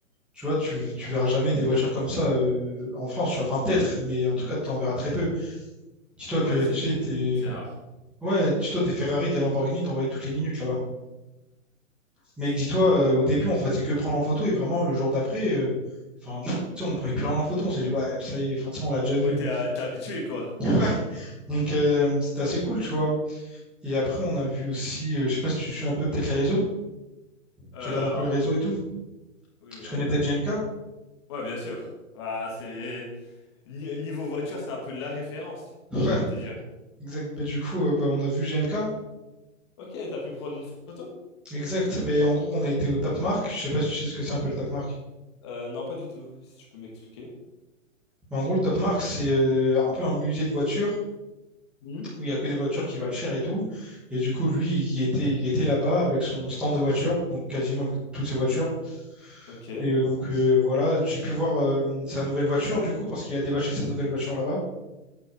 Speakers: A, in the centre; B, on the left.
A: Tu vois, tu, tu verras jamais des voitures comme ça euh, en France, tu vois. Enfin, peut-être, mais en tout cas, tu en verras très peu. Dis-toi
B: Ouais,
A: que
B: c'est
A: tu sais, des...
B: c'est rare.
A: Ouais, dis-toi des Ferrari, des Lamborghini, t'en voyais toutes les minutes là-bas. Mais
B: C'est-
A: dis-toi, euh, au début, on faisait que prendre en photo et vraiment, le jour d'après, euh, enfin, tu sais, on prenait plus rien en photo. On s'est dit, ouais, ça y est, enfin, tu sais, on l'a déjà
B: Ouais,
A: vu.
B: t'es
A: Donc,
B: euh, t'es habitué, quoi.
A: <laughs> ouais. Donc, euh, c'était assez cool, tu vois. Et après, on a vu aussi, euh, je sais pas si tu suis un peu peut-être les réseaux,
B: Euh,
A: tu regardes un peu
B: un
A: les réseaux
B: peu, oui.
A: et tout.
B: Oui,
A: Tu
B: oui, un
A: connais
B: peu,
A: peut-être
B: un peu.
A: J M K.
B: Ouais, bien sûr. bah c'est Ni- Niveau voiture, c'est un peu de la référence,
A: Ouais,
B: j'ai envie de te dire.
A: exact. Bah, du coup, euh, bah, on a vu GMK.
B: Ok, t'as pu prendre une photo?
A: Exact. Ben en gros, on a été au Top Mark. Je sais pas si tu sais ce que c'est un peu le Top Mark.
B: Euh, non, pas du tout, si tu peux m'expliquer.
A: Mais en gros, le Top Mark, c'est euh, un peu un musée de voitures
B: Mhm.
A: où il y a que des voitures qui valent cher et tout. Et du coup, lui, il y était, il était là-bas avec son stand de voitures, donc quasiment avec toutes ses voitures.
B: Ok.
A: Et euh, donc euh, voilà, j'ai pu voir euh, sa nouvelle voiture du coup parce qu'il a débâché sa nouvelle voiture là-bas.